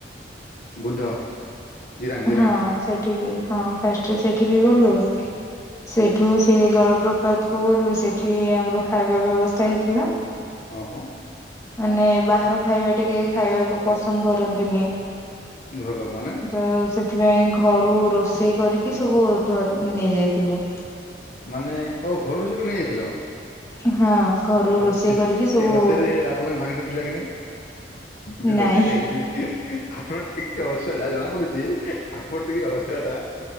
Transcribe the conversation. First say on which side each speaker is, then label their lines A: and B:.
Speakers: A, on the left; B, on the left.
A: ବୁଦ୍ଧ। ଜିରାଙ୍ଗ ଜିରାଙ୍ଗ
B: ହଁ ସେଠିକି ହଁ ଫାର୍ଷ୍ଟ ସେଠିକି ଗଲୁ। ସେଇଠୁ ସେ ଜଳପ୍ରପାତକୁ ଗଲୁ ସେଠି ଆମର ଖାଇବା ବ୍ୟବସ୍ଥା ହେଇଥିଲା।
A: ହଁ ହଁ।
B: ମାନେ ବାହାର ଖାଇବା ଟିକେ ଖାଇବାକୁ ପସନ୍ଦ କରନ୍ତିନି।
A: ଘର ଲୋକମାନେ
B: ତ ସେଥିପାଇଁ ଘରୁ ରୋଷେଇ କରିକି ସବୁ ଧର ଉଁ ନେଇ ଯାଇଥିଲୁ।
A: ମାନେ ଓ ଘରୁ ରୋଷେଇ କରି ନେଇ ଯାଇଥିଲ?
B: ହଁ। ଘରୁ ରୋଷେଇ
A: ଆଉ ସେ
B: କରିକି ସବୁ
A: ସେଇ ରୋଷେଇରେ ଆପଣଙ୍କ ଭାଗିଦା ଥିଲା କି ନାଇ? ଯୋଉ
B: ନାଇଁ।
A: ରୋଷେଇଟା ହେଇଥିଲା ଆପଣ। ଟିକେ <unintelligible> ଯାହା ଜଣା ପଡୁଛି ଆପଣ ଟିକେ ହସିବା ଟା